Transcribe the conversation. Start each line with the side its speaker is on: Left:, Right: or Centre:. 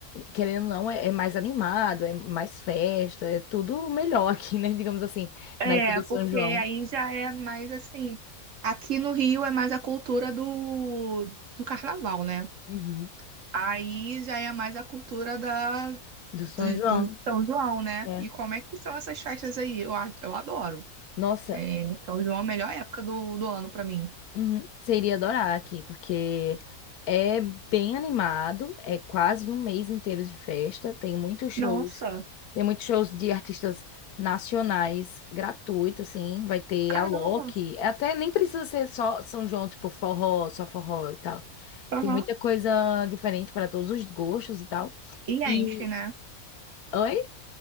Left: querendo ou não, é, é mais animado, é mais festa, é tudo melhor aqui, né? <laughs> Digamos assim,
Right: é,
Left: na época do
Right: porque
Left: São João.
Right: aí já é mais assim. Aqui no Rio é mais a cultura do, do carnaval, né?
Left: Uhum.
Right: Aí já é mais a cultura da, do,
Left: Do São João.
Right: do São João, né?
Left: É.
Right: E como é que são essas festas aí? Eu, a- eu adoro.
Left: Nossa,
Right: É, São João é a melhor época do, do ano pra mim.
Left: Uhum. Você iria adorar aqui, porque é bem animado, é quase um mês inteiro de festa, tem muitos shows,
Right: Nossa,
Left: tem muitos shows de artistas nacionais gratuitos, assim, vai ter
Right: caramba.
Left: a Alok, até nem precisa ser só São João, tipo forró, só forró e tal.
Right: Aham.
Left: Tem muita coisa diferente para todos os gostos e tal.
Right: E
Left: E,
Right: enche, né?
Left: oi?